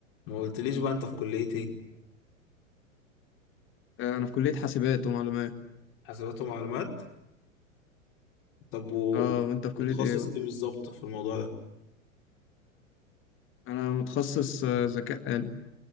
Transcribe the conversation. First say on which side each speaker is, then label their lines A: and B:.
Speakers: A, on the left; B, on the left.
A: ما قلتليش بقى انت في كلية ايه
B: آه، انا في كلية حاسبات ومعلومات
A: حسابات ومعلومات طب و...
B: اه وانت في
A: متخصص
B: كلية ايه بقى
A: ايه بالظبط في الموضوع ده
B: انا متخصص آه، ذكاء اي